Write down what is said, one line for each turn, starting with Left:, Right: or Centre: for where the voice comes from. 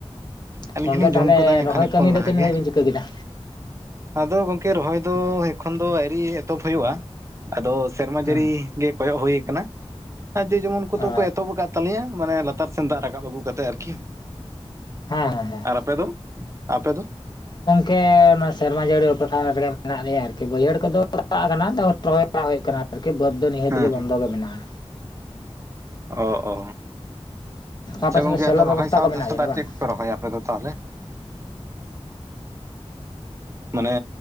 Right: ᱟᱹᱞᱤᱧ
Left: ᱜᱚᱝᱠᱮ
Right: ᱦᱚᱞᱤᱧ ᱡᱚᱢ
Left: ᱛᱟᱦᱞᱮ
Right: ᱠᱟᱫᱟ
Left: ᱨᱚᱦᱚᱭ
Right: ᱠᱷᱟᱱᱮᱠ ᱠᱷᱚᱱ
Left: ᱠᱟᱹᱢᱤ ᱫᱚ
Right: ᱞᱟᱦᱟ
Left: ᱛᱤᱱᱟᱹᱜ
Right: ᱜᱮ᱾
Left: ᱫᱷᱟᱵᱤᱡ ᱵᱤᱱ ᱪᱤᱠᱟᱹ ᱠᱮᱫᱟ
Right: ᱟᱫᱚ ᱜᱚᱝᱠᱮ ᱨᱚᱦᱚᱭ ᱫᱚᱻ ᱮᱠᱷᱚᱱ ᱫᱚ ᱟᱣᱨᱤ ᱮᱛᱚᱦᱚᱵ ᱦᱩᱭᱩᱜᱼᱟ ᱟᱫᱚ ᱥᱮᱨᱢᱟ
Left: ᱦᱩᱸ
Right: ᱡᱟᱹᱲᱤ ᱜᱮ ᱠᱚᱭᱚᱜ ᱦᱩᱭ ᱟᱠᱟᱱᱟ <unintelligible> ᱡᱮ ᱡᱮᱢᱚᱱ ᱠᱚᱫᱚ
Left: ᱚ
Right: ᱠᱚ ᱮᱛᱚᱦᱚᱵ <unintelligible> ᱛᱟᱞᱮᱭᱟ ᱢᱟᱱᱮ ᱞᱟᱛᱟᱨ ᱥᱮᱱ ᱫᱟᱜ ᱨᱟᱠᱟᱵ ᱟᱹᱜᱩ ᱠᱟᱛᱮᱫ ᱟᱨᱠᱤ
Left: ᱦᱮᱸ ᱦᱮᱸ ᱦᱮᱸ
Right: ᱟᱨ ᱟᱯᱮ ᱫᱚ ᱟᱯᱮ ᱫᱚ
Left: ᱠᱮ ᱱᱚᱣᱟ ᱥᱮᱨᱢᱟ ᱡᱟᱲᱤ ᱚᱯᱮᱠᱠᱷᱟ ᱨᱮᱜᱮ ᱢᱮᱱᱟᱜ ᱞᱮᱭᱟ ᱟᱨᱠᱤ ᱵᱟᱹᱭᱦᱟᱹᱲ ᱠᱚᱫᱚ ᱫᱟᱜ ᱠᱟᱱᱟ ᱟᱫᱚ ᱨᱚᱦᱚᱭ ᱵᱟᱲᱟ ᱦᱩᱭᱩᱜ ᱠᱟᱱᱟ ᱟᱨᱠᱤ᱾ ᱟᱨᱠᱤ ᱵᱟᱹᱫ ᱫᱚ ᱱᱤᱦᱟᱹᱛ
Right: ᱦᱮᱸ
Left: ᱜᱮ ᱵᱚᱱ
Right: ᱦᱮᱸ᱾
Left: ᱫᱚ ᱜᱮ ᱢᱮᱱᱟᱜ-ᱟ
Right: ᱚ ᱚ ᱟᱪᱪᱷᱟ
Left: ᱟᱯᱮ ᱥᱮᱫ
Right: ᱜᱚᱝᱠᱮ
Left: ᱫᱚ ᱥᱮᱞᱚ
Right: ᱟᱫᱚ
Left: ᱵᱮᱵᱚᱥᱛᱷᱟ
Right: ᱨᱚᱦᱚᱭ ᱥᱟᱶᱛᱮ
Left: ᱠᱚ ᱢᱮᱱᱟᱜᱼᱟ
Right: ᱥᱮᱫᱟᱜ
Left: ᱡᱟᱹᱱᱤᱡ ᱵᱟᱝ
Right: ᱪᱮᱫ ᱠᱚᱯᱮ ᱨᱚᱦᱚᱭᱟ ᱟᱯᱮ ᱫᱚ ᱛᱟᱦᱚᱞᱮ? ᱢᱟᱱᱮ